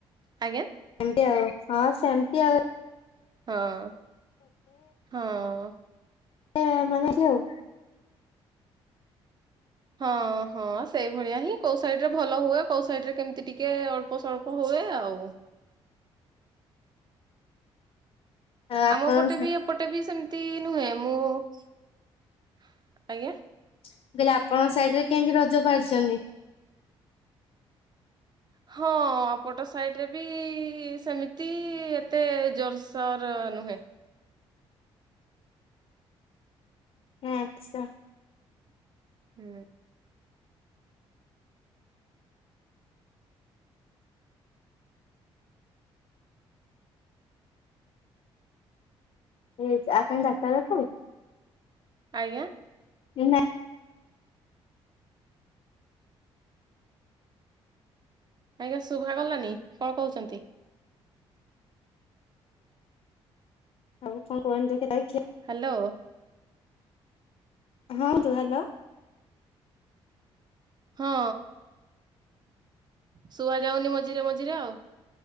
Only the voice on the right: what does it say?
ଆଜ୍ଞା
ହଁ, ହଁ।
ହଁ ହଁ ସେଇଭଳିଆ ହିଁ କୋଉ ସାଇଡ ରେ ଭଲ ହୁଏ କୋଉ ସାଇଡରେ କେମିତି ଟିକେ ଅଳ୍ପ ସଳ୍ପ ହଉ ହୁଏ ଆଉ।
ଆମ ପଟେ
ବି ଏପଟେ ବି ସେମିତି ତି ନୁହେଁ ମୁଁ ଆଜ୍ଞା।
ହଁ ଏପଟ ସାଇଡ ରେ ବି ସେମିତି ଏତେ ଜୋରସୋଓର ଟା ନୁହେଁ।
ହୁଁ।
ଆଜ୍ଞା?
ଆଜ୍ଞା ଶୁଭା ଗଲାନି କଣ କହୁଛନ୍ତି?
ହାଲୋ।
ହଁ ଶୁଆ ଯାଉନି ମଝିରେ ମଝି ଲୋ